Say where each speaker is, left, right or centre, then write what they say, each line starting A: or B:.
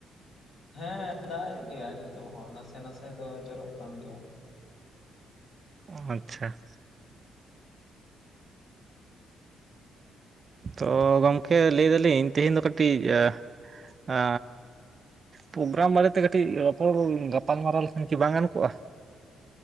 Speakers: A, on the left (about 60°); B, on the right (about 40°).
A: ᱦᱮᱸ ᱫᱟᱜ ᱮᱜ ᱜᱮᱭᱟ ᱱᱤᱛᱚᱜ ᱦᱚᱸ ᱱᱟᱥᱮ ᱱᱟᱥᱮ ᱫᱚ ᱡᱚᱨᱚᱜ ᱠᱟᱱ ᱜᱮᱭᱟ ᱾
B: ᱟᱪᱪᱷᱟ, ᱛᱚ ᱜᱚᱝᱠᱮ ᱞᱟᱹᱭ ᱫᱟᱞᱤᱧ ᱛᱮᱦᱤᱧ ᱫᱚ ᱠᱟᱹᱴᱤᱡ ᱟᱦ ᱟᱻ, ᱯᱨᱳᱜᱨᱟᱢ ᱵᱟᱨᱮᱛᱮ ᱠᱟᱹᱴᱤᱡ ᱨᱚᱯᱚᱲ ᱜᱟᱯᱟᱞᱢᱟᱨᱟᱣ ᱞᱮᱠᱷᱟᱱ ᱠᱤ ᱵᱟᱝ ᱜᱟᱱ ᱠᱚᱜᱼᱟ?